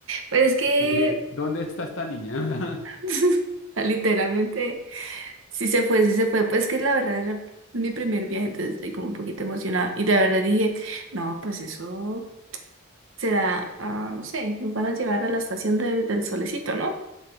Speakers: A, on the right (about 70°); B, on the left (about 65°).
A: Pues es que
B: y dije, ¿dónde está esta niña?
A: <laughs> literalmente sí se fue, sí se fue. Pues es que la verdad era mi primer viaje, entonces estoy como un poquito emocionada. Y la verdad dije, no, pues eso será, ah, no sé, nos van a llevar a la estación de- del solecito, ¿no?